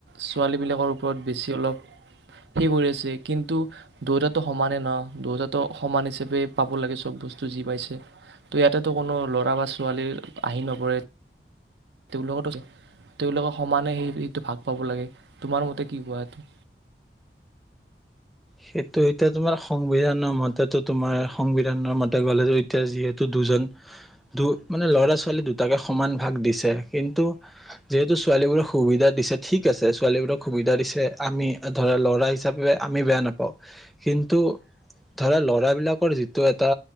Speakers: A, on the right; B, in the centre.
A: ছোৱালীবিলাকৰ ওপৰত বেছি অলপ সে কৰি আছে কিন্তু দুয়োটা টো সমানেই ন দুয়োটা সমান হিচাপে পাব লাগে চব বস্তু যি পাইছ ত ইয়াতেতো কোনো ল'ৰা বা ছোৱালী আহি নপৰে তেওলোকক তেওঁলোকে সমানে সেই সটো ভাগ পাব লাগে তোমাৰ মতে কি কোৱা এইটো
B: সেইটো এতিয়া তোমাৰ সংবিধানৰ মতেতো তোমাৰ সংবিধানৰ মতে গলে এতিয়া যিহেতু দুজন দু মানে ল'ৰা ছোৱালী দুটাকে সমান ভাগ দিছে কিন্তু যিহেতু ছোৱালীবোৰক সুবিধা দিছে ঠিক আছে ছোৱালীবোৰক সুবিধা দিছে আমি ধৰা ল'ৰা হিচাপে আমি বেয়া নাপ পাও কিন্তু ধৰা লৰাবিলাকৰ যিটো এটা